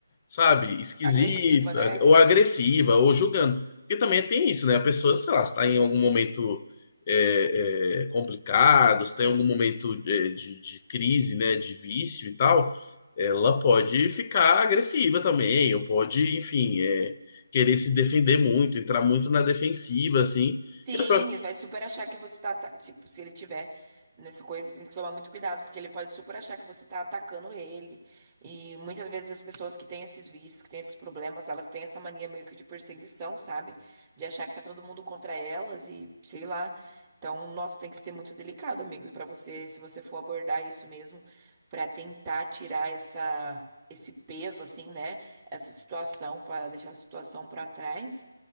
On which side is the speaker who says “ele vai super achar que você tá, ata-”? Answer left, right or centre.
Right